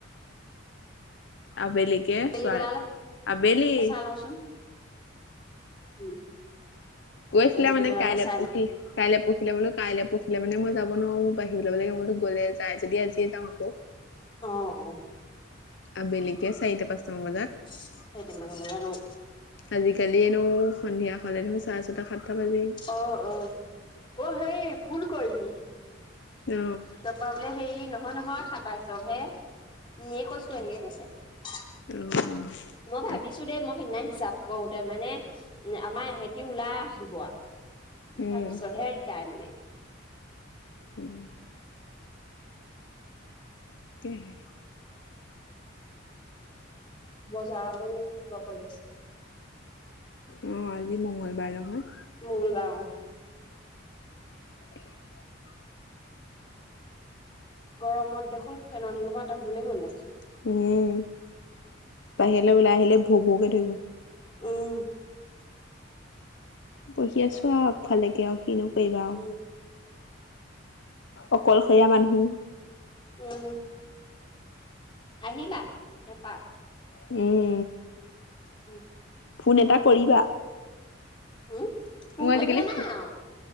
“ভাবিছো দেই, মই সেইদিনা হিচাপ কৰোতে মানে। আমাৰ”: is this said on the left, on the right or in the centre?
Left